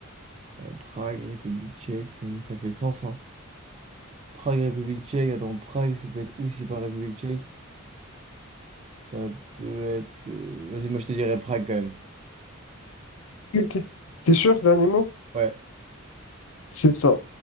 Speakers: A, on the right; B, on the left.
A: euh, Prague, République tchèque, ça, me- ça fait sens, hein. Prague, République tchèque, attends, Prague, ça peut être où si c'est pas République tchèque? Ça peut être. euh, Vas-y, moi je te dirais Prague quand même.
B: Ok. T'es sûr, dernier mot?
A: Ouais,
B: C'est ça.